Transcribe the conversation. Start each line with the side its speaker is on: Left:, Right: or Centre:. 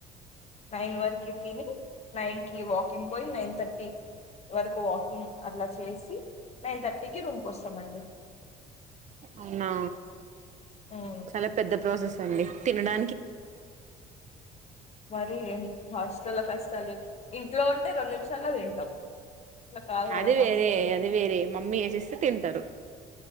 Left: నైన్ వర్కి తిని నైన్ కి వాకింగ్ బోయ్ నైన్ థర్టీ వరకు వాకింగ్ అట్లా చేసి నైన్ థర్టీకిి రూమ్కొస్తం అండి
Right: అవునా
Left: ఉమ్.
Right: చాలా పెద్ద ప్రాసెస్ అండి తినడా
Left: మరి ఏం హాస్టల్ల కష్టాలు ఇంట్లో ఉంటే రెండు నిమిషాల్లో తింటాం ఇట్లా కాదు కదా
Right: అది వేరే
Left: హాస్టల్లో
Right: అది వేరే మమ్మీ ఎసిస్తే తింటారు